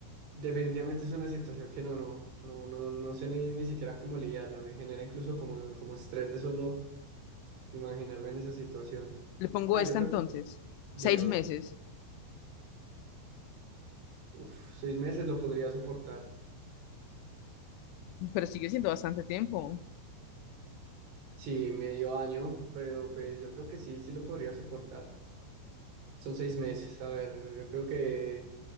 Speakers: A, on the right (about 75°); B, on the left (about 85°).
A: definitivamente es una situación que no, no, no, no, no sé ni, ni siquiera cómo lidiarla. Me genera incluso como, como estrés de solo imaginarme en esa situación.
B: Le pongo
A: Nada,
B: esta
A: yo creo,
B: entonces,
A: dígame,
B: seis meses,
A: uf, seis meses lo podría soportar.
B: pero sigue siendo bastante tiempo.
A: Sí, medio año, pero pues yo creo que sí, sí lo podría soportar. Son seis meses, a ver, yo creo que